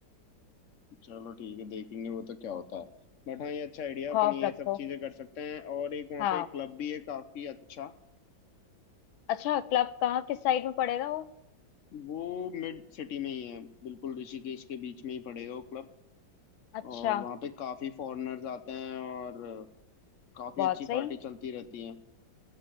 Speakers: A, on the left; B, on the left.
A: चलो ठीक है देखेंगे वो तो क्या होता है बट हाँ ये अच्छा आइडिया
B: खौफ
A: अपन ये
B: रखो
A: सब चीजें कर सकते हैं और एक वहाँ
B: हाँ
A: पे एक क्लब भी है काफी अच्छा
B: अच्छा क्लब कहाँ किस साइड में पड़ेगा वो
A: वो मिड सिटी में ही है बिल्कुल ऋषिकेश के बीच में ही पड़ेगा वो क्लब
B: अच्छा
A: और वहाँ पे काफी फॉरेनर्स आते हैं और काफी
B: बहुत
A: अच्छी
B: सही
A: पार्टी चलती रहती है